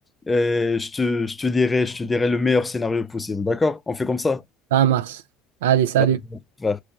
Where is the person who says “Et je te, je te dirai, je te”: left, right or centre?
Left